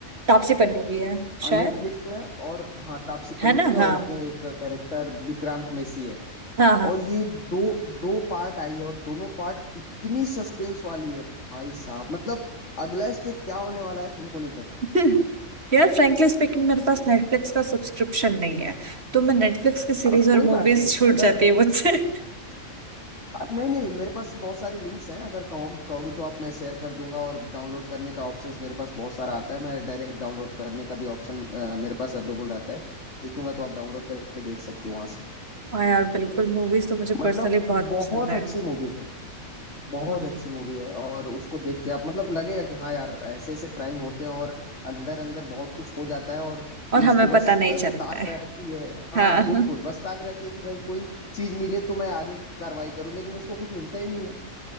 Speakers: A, on the right; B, on the left.
A: तापसी पन्नू की है शायद
B: नेटफ्लिक्स पे है और हाँ तापसी पन्नू
A: है ना
B: की है और
A: हाँ
B: उसमें एक कैरेक्टर विक्रांत मैसी है
A: हाँ हाँ
B: और ये दो दो पार्ट आई है और दोनों पार्ट इतनी सस्पेंस वाली है भाई साहब मतलब अगला स्टेप क्या होने वाला है तुमको नहीं पता
A: <laughs> यार फ्रैंकली स्पीकिंग मेरे पास नेटफ्लिक्स का सब्सक्रिप्शन नहीं है तो मैं नेटफ्लिक्स की सीरीज
B: अ, कोई
A: और मूवीज
B: बात नहीं
A: छूट
B: अगर
A: जाती है मुझसे <laughs>
B: अ, नहीं नहीं मेरे पास बहुत सारे लिंक्स हैं अगर कहो कहोगी तो आप मैं शेयर कर दूंगा और डाउनलोड करने का ऑप्शंस मेरे पास बहुत सारा आता है मैं डायरेक्ट डाउनलोड करने का भी ऑप्शन मेरे पास अवेलेबल रहता है तो भेज दूंगा तो आप डाउनलोड करके देख सकती हो वहां से
A: हाँ यार बिल्कुल मूवीज तो मुझे
B: मतलब
A: पर्सनली बहुत
B: बहुत
A: पसंद है
B: अच्छी मूवी है बहुत
A: हम्म,
B: अच्छी मूवी है और उसको देख के आप मतलब लगेगा कि हाँ यार ऐसे ऐसे क्राइम होते हैं और अंदर अंदर बहुत कुछ हो जाता है और
A: और
B: पुलिस
A: हमें
B: को बस
A: पता नहीं
B: अ, ताक
A: चलता है
B: रहती है हाँ
A: हाँ
B: बिल्कुल बस ताक रहती है कि भाई कोई चीज मिले तो मैं आगे कार्रवाई करूँ लेकिन उसको कुछ मिलता ही नहीं है